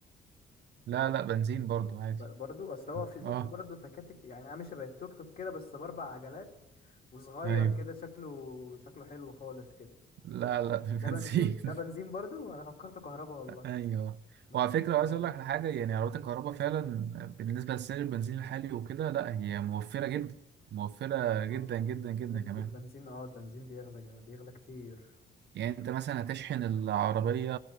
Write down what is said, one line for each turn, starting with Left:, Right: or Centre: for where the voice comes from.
Right: لا لا بنزين برضو عادي
Left: ب- برضو اصل هو في شفت
Right: أه
Left: برضو تكاتك يعني عامل شبه التوك توك كده بس باربع عجلات وصغير
Right: أيوه
Left: كده شكله شكله حلو خالص كده
Right: لا لا <laughs> بالبنزين
Left: ده بنزين ده بنزين برضو انا فكرته كهرباء والله
Right: ايوه
Left: انا
Right: وعلى
Left: فكرته
Right: فكره
Left: كهرباء
Right: عايز اقول لك على حاجه يعني عربيات الكهرباء فعلا بالنسبه لسعر البنزين الحالي وكده لا هي موفره جدا موفره
Left: اه
Right: جدا جدا جدا
Left: يعني الب-
Right: كمان
Left: البنزين اه البنزين بيغلى جدا- بيغلى كتير
Right: يعني انت مثلا هتشحن العربيه